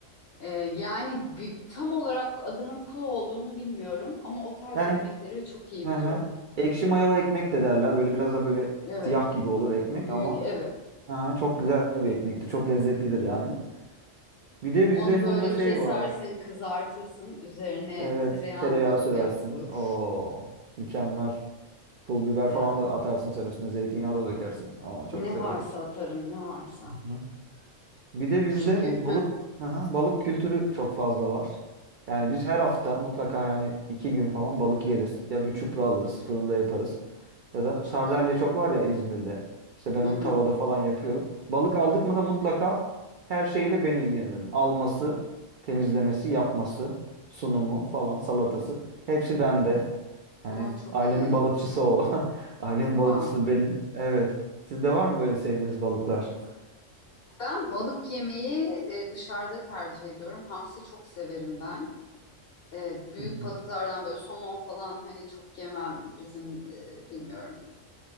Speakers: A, on the left; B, on the right.
A: Ee, yani bir, tam olarak adının kul olduğunu bilmiyorum ama o tarz
B: Yani
A: ekmekleri çok iyi
B: hı
A: biliyorum.
B: hı. Ekşi mayalı ekmek de derler. Böyle biraz da böyle
A: Evet,
B: siyah gibi olur ekmek
A: büyük
B: ama
A: evet.
B: hı hı, çok güzel bir ekmektir. Çok lezzetlidir yani. Bir de bizde
A: Onu
B: Funda
A: böyle
B: şey
A: kesersin,
B: var.
A: kızartırsın, üzerine
B: Evet,
A: tereyağını
B: tereyağı sürersin.
A: koyar. Of,
B: Oo, mükemmel. Pul biber
A: yani
B: falan da atarsın sen üstüne. Zeytinyağı da dökersin. Aa, çok
A: ne
B: güzel
A: varsa
B: olur.
A: atarım, ne varsa.
B: Hı hı. Bir de bizde
A: Çünkü
B: bu balık aha, balık kültürü çok fazla var. Yani biz her hafta mutlaka yani iki gün falan balık yeriz. Ya bir çupra alırız, fırında yaparız.
A: <laughs>
B: Ya
A: o
B: da
A: çok
B: sardalya
A: iyi.
B: çok var ya İzmir'de. İşte ben
A: Hı
B: onu
A: hı.
B: tavada falan yapıyorum. Balık aldık mı da mutlaka her şeyiyle ben ilgilenirim. Alması, temizlemesi, yapması, sunumu falan, salatası. Hepsi bende. Hani
A: O çok
B: ailenin
A: iyi.
B: balıkçısı ol. <laughs> Ailenin
A: Vah.
B: balıkçısı benim. Evet. Sizde var mı böyle sevdiğiniz balıklar?
A: Ben balık yemeği e, dışarıda tercih ediyorum. Hamsi çok severim ben. E, büyük
B: Hı hı.
A: balıklardan böyle somon falan hani çok yemem bizim e, bilmiyorum